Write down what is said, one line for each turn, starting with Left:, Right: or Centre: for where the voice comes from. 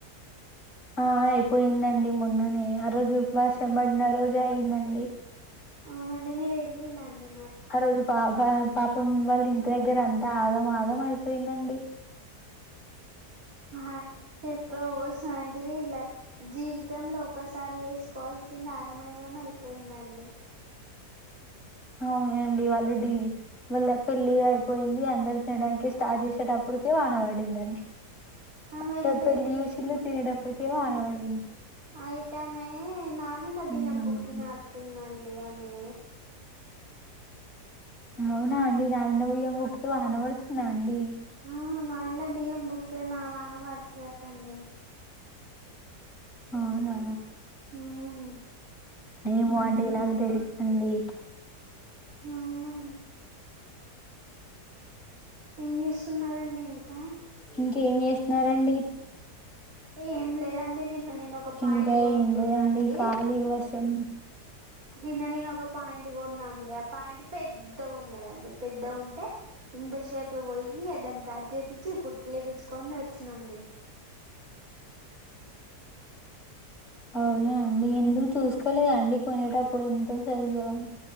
Left: ఆ. ఆ అయిపోయిందండి మొన్ననే ఆ రోజు వర్షం పడిన రోజే అయింది అండి
Right: అవునండి మీరు ఏళ్ళిలండి
Left: ఆ రోజు పాప పాపం వాళ్ళ ఇంటి దగ్గర అంతా ఆగం ఆగం అయిపోయిందండి ఆ.
Right: ఆ చెప్ప సాంటిది ఇలా జీవితంలో ఒక్కసారి వేసుకోవాల్సింది ఆగమగమై అయిపోయిందండి.
Left: అవునండి వాళ్ళు డి వాళ్ళ పెళ్ళి అయిపోయింది అందరు తినడానికి స్టార్ట్ చేసేటప్పు కే వాన పడిందండి
Right: ఆమె
Left: అందరు
Right: పెళ్ళి
Left: పెళ్లి చూషిల్లు తినేటప్పుడుకే వాన పడిం
Right: అయితే ఆమె ననిండే
Left: ఉమ్.
Right: బియ్యము బుక్కినట్టు ఉంది అండి ఆమె
Left: అవునా అండి ననిన బియ్యం కుక్కితే వాన పడుతుంద అండి
Right: ఆ నాన్న బియ్యం ముక్తే నా వాన పడుతుందట్టండి
Left: అవునా
Right: ఉమ్
Left: ఎమో అండి నాకు తెలి దండి
Right: అవునా ఏం చేస్తున్నారండి ఇంకా
Left: ఇంకేం చేస్తున్నారండి
Right: ఏం లేదండి నిన్న నేను ఒక పాయింట్
Left: ఇంకా
Right: కొనుక్కున్నా
Left: ఏం లేదండి
Right: అండి
Left: ఖాళీ వర్షం
Right: నిన్న నేను ఒక పాయింట్ కొన్నా అండి ఆ పాయింట్ పెద్ ద్ద ఉన్నదండి పెద్ద ఉంటే ఇంత సేపు పోయి దాన్ని కట్ చేపిచ్చి కుట్ లేపిచ్ కొని వచ్చినండి
Left: అవునా అండి ఎందుకు చూసుకోలేద అండి కొనేటప్పుడు ఎంతో సైజు అని